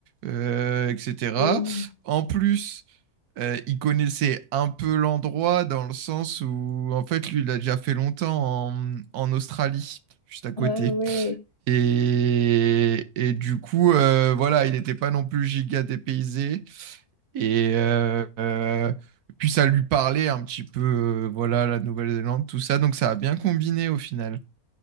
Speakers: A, on the right; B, on the left.
A: euh, etc.
B: mmh.
A: En plus, euh, il connaissait un peu l'endroit dans le sens où, en fait, lui, il a déjà fait longtemps en, en Australie, juste à côté.
B: Ah ouais.
A: Et, et du coup, euh, voilà, il n'était pas non plus giga dépaysé. Et euh, euh, puis, ça lui parlait un petit peu, euh, voilà, la Nouvelle-Zélande, tout ça. Donc, ça a bien combiné au final.